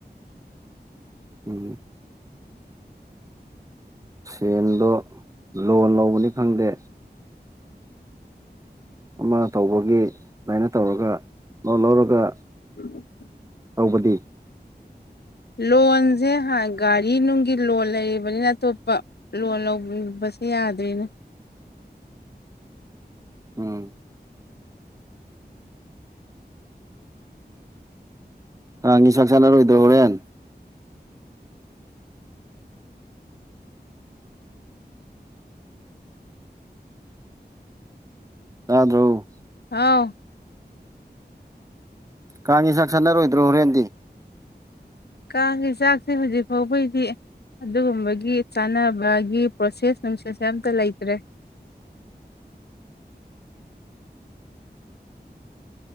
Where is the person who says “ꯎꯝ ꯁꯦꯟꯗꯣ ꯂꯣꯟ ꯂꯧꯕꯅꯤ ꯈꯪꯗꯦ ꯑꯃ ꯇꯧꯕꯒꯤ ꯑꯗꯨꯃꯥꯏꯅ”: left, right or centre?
Right